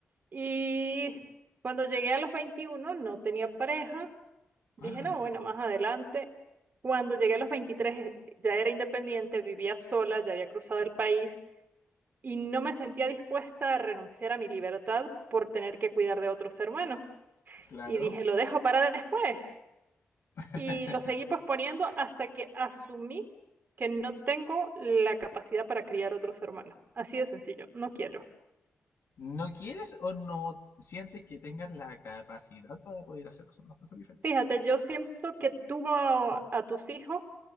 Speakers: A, on the right; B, on the left.
A: Y cuando llegué a los 21 no tenía pareja Dije,
B: Ah,
A: no, bueno, más adelante. Cuando llegué a los veintitrés eh, ya era independiente, vivía sola, ya había cruzado el país y no me sentía dispuesta a renunciar a mi libertad por tener que cuidar de otros hermanos.
B: claro.
A: Y dije, lo dejo para después.
B: <laughs>
A: Y lo seguí posponiendo hasta que asumí que no tengo la capacidad para criar otros hermanos. Así de sencillo, no quiero.
B: ¿No quieres o no sientes que tengas la capacidad para poder hacerlo? Son dos cosas diferentes.
A: Fíjate, yo siento que tú a, a tus hijos,